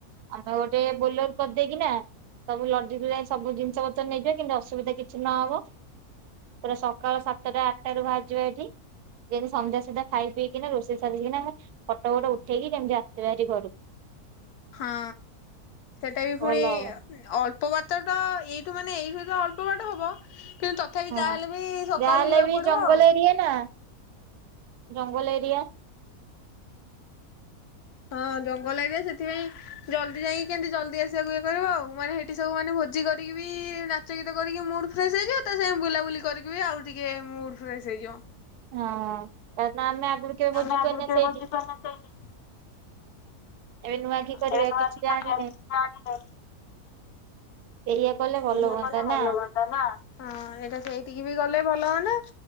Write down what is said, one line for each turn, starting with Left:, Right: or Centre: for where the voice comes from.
Right: ଆମେ ବା ଗୋଟେ ବୋଲର କରିଦେଇକି ନା ସବୁ ଲଦି ଯାଇ ସବୁ ଜିନିଷ ପତ୍ର ନେଇଯିବା କିନ୍ତୁ ଅସୁବିଧା କିଛି ନହବ। ପୁରା ସକାଳ ସାତଟା ଆଠଟାରୁ ବାହାରଯିବା ଏଠି। ଯେମିତି ସନ୍ଧ୍ୟା ସୁଧା ଖାଇ ପିଇକିନା ରୋଷେଇ ସାରିକିନା ଆମେ ଫଟ ଫଟ ଉଠେଇକି କେମିତି ଆସିବ ହେରି ଘରକୁ।
Left: ହଁ ସେଇଟା ବି ଫୁଣି
Right: ଭଲ ହବ
Left: ଅଳ୍ପ ବାଟ ତ ଏଇଠୁ ମାନେ ଏଇଠୁ ତ ଅଳ୍ପ ବାଟ ହବ କିନ୍ତୁ ତଥାପି
Right: ହଁ
Left: ଯାହାହେଲେ ବି ସକାଳୁ
Right: ଯାହାହେଲେ
Left: ଯିବାକୁ
Right: ବି
Left: ପଡିବ
Right: ଜଙ୍ଗଲ
Left: ଆଉ
Right: ଏରିଆ ନା ଜଙ୍ଗଲ ଏରିଆ।
Left: ହଁ ଜଙ୍ଗଲ ଏରିଆ ସେଥିପାଇଁ ଜଲଦି ଯାଇକି କେମିତି ଜଲଦି ଆସିବାକୁ ଇଏ କରିବ ଆଉ ମାନେ ଏଠି ସବୁ ମାନେ ଭୋଜି କରିକି ବି ନାଚ ଗୀତ କରିକି ମୁଡ ଫ୍ରେସ୍ ହେଇଯିବ ତା ସାଙ୍ଗେ ବୁଲାବୁଲି କରିକି ବି ଆଉ ଟିକେ ମୁଡ ଫ୍ରେସ୍ ହେଇଯିବ।
Right: ହଁ କାରଣ ଆମେ ଆଗରୁ କେବେ ଭୋଜି
Left: ଆମେ ଆଗରୁ
Right: କରିନେ
Left: କେବେ
Right: ସେଇଠି।
Left: ଭୋଜି କରିନଥିଲେ
Right: ଏବେ ନୂଆ କି କରିବା
Left: ଏବେ ନୂଆ
Right: କିଛି
Left: କି କରିବା
Right: ଜଣିନେ।
Left: ପିଠା ଆଣିଲେ
Right: ସେୟା କଲେ ଭଲ
Left: ଏଇଆ
Right: ହୁଅନ୍ତା
Left: କଲେ ଭଲ
Right: ନା।
Left: ହୁଅନ୍ତା ହଁ ସେଇଟା ସେଇଠିକି ବି ଗଲେ ଭଲ ହୁଅନ୍ତା।